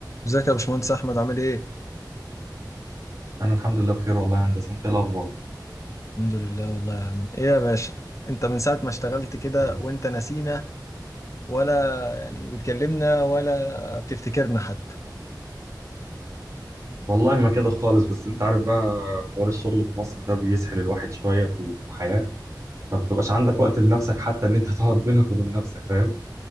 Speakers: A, on the left; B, on the right.
A: ازيك يا باشمهندس احمد عامل ايه؟
B: انا الحمد لله بخير والله يا هندسه انت إيه الاخبار
A: الحمد لله والله يا عم ايه يا باشا؟ انت من ساعة ما اشتغلت كده
B: تمام.
A: وانت نسينا ولا يعني بتكلمنا ولا بتفتكرنا حتى
B: والله ما كده خالص بس انت عارف بقى حوار الشغل في مصر ده بيسحل الواحد شويه في الحياه ما بتبقاش عندك
A: اه
B: وقت لنفسك حتى ان انت تقعد بينك وبين نفسك فاهم